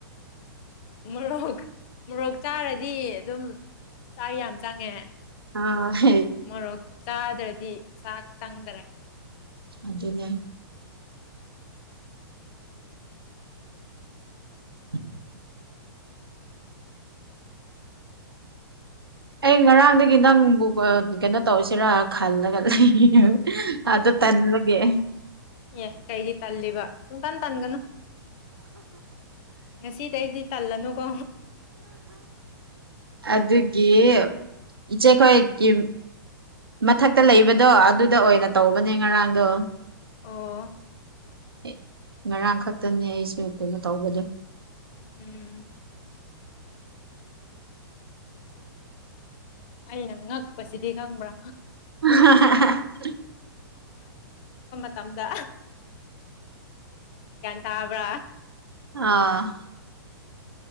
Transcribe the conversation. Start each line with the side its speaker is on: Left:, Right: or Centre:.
Left: ꯃꯣꯔꯣꯛ ꯃꯣꯔꯣꯛ ꯆꯥꯔꯗꯤ ꯑꯗꯨꯝ ꯆꯥꯏ ꯌꯥꯝ ꯆꯪꯉꯦ
Right: ꯑ ꯍ
Left: ꯃꯣꯔꯣꯛ ꯆꯥꯗ꯭ꯔꯗꯤ ꯆꯥꯛ ꯆꯪꯗꯔꯦ
Right: ꯑꯗꯨꯗꯅ <unintelligible> ꯑꯩ ꯉꯔꯥꯡꯗꯒꯤ ꯅꯪꯕꯨ ꯀꯩꯅꯣ ꯇꯧꯁꯤꯔꯥ ꯈꯜꯂꯒ ꯂꯩ ꯑꯗ ꯇꯟꯕꯒꯤ
Left: ꯌꯦ ꯀꯩꯒꯤ ꯇꯜꯂꯤꯕ ꯁꯨꯡꯇꯥꯟ ꯇꯟꯒꯅꯨ ꯉꯁꯤꯗꯩꯗꯤ ꯇꯜꯂꯅꯨꯀꯣ
Right: ꯑꯗꯨꯒꯤ ꯏꯆꯦꯈꯣꯏꯒꯤ ꯃꯊꯛꯇ ꯂꯩꯕꯗꯣ ꯑꯗꯨꯗ ꯑꯣꯏꯅ ꯇꯧꯕꯅꯦ ꯉꯔꯥꯡꯗꯣ
Left: ꯑꯣ
Right: ꯑꯦ ꯉꯔꯥꯡ ꯈꯛꯇꯅꯦ ꯑꯩꯁꯨ ꯀꯩꯅꯣ ꯇꯧꯕꯗ
Left: ꯎꯝ ꯑꯩꯅ ꯉꯛꯄꯁꯤꯗꯤ ꯉꯪꯕ꯭ꯔꯥ
Right: <unintelligible>
Left: ꯇꯝꯗ ꯇꯥꯕ
Right: ꯑꯥ